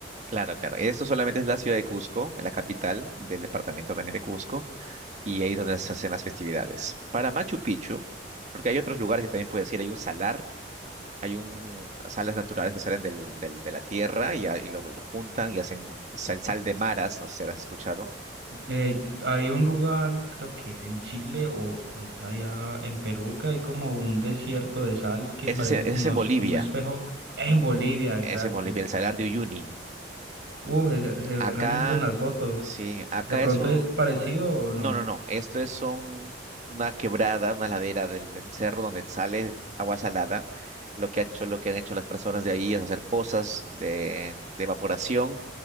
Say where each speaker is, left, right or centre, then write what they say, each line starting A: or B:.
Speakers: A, on the right; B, on the right.
A: claro, claro. Esto solamente es la ciudad de Cusco, la capital del departamento también de Cusco, y ahí es donde se hacen las festividades. Para Machu Picchu, porque hay otros lugares que también puedes ir, hay un salar, hay un sales naturales que salen del, del- de la tierra y, a- y lo, lo juntan y hacen sal, sal de maras, no sé si habrás escuchado.
B: Eh, hay un lugar, creo que es en Chile o, o es allá en Perú, que hay como un desierto de sal que
A: Ese
B: parece
A: es, en- ese
B: como
A: es en Bolivia,
B: s- un espejo. En Bolivia, exacto.
A: es en Bolivia, el salar de Uyuni.
B: Uh, se, se ve
A: Acá,
B: re lindo en las fotos.
A: sí, acá
B: ¿De pronto
A: eso.
B: es parecido o no?
A: No, no, no. Esto es son una quebrada, una ladera del, del cerro donde sale agua salada. Lo que ha hecho, lo que han hecho las personas de ahí es hacer pozas de, de evaporación,